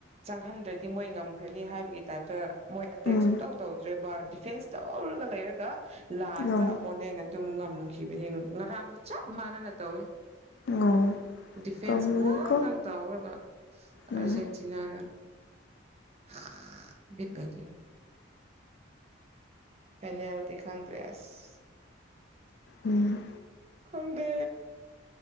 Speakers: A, on the right; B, on the left.
A: ꯆꯪꯍꯟꯗ꯭ꯔꯗꯤ ꯃꯣꯏ ꯉꯝꯈ꯭ꯔꯅꯤ ꯍꯥꯏꯕ ꯒꯤ ꯇꯥꯏꯞꯇ ꯃꯣꯏ ꯑꯦꯇꯦꯛ
B: ꯎꯝ
A: ꯁꯨꯡꯇꯧ ꯇꯧꯗ꯭ꯔꯦꯕ ꯗꯤꯐꯦꯟꯁ ꯇꯧꯔꯒ ꯂꯩꯔꯒ ꯂꯥꯁꯇ
B: ꯎꯝ
A: ꯑꯄꯣꯅꯦꯟꯅ ꯑꯗꯨꯝ ꯉꯝꯈꯤꯕꯅꯦ ꯉꯔꯥꯡꯒ ꯆꯞ ꯃꯥꯟꯅꯅ ꯇꯧꯋꯦ
B: ꯎꯝ
A: ꯗꯤꯐꯦꯟꯁ
B: ꯄꯥꯝꯃꯨꯏꯀꯣ
A: <unintelligible> ꯇꯥꯎꯔꯒ ꯑꯥꯔꯖꯦꯟꯇꯤꯅꯥꯅ
B: ꯎꯝ
A: <unintelligible> <unintelligible> ꯐꯥꯢꯅꯦꯜꯗꯤ ꯈꯪꯗ꯭ꯔꯦ ꯑꯁ
B: ꯎꯝ
A: ꯈꯪꯗꯦ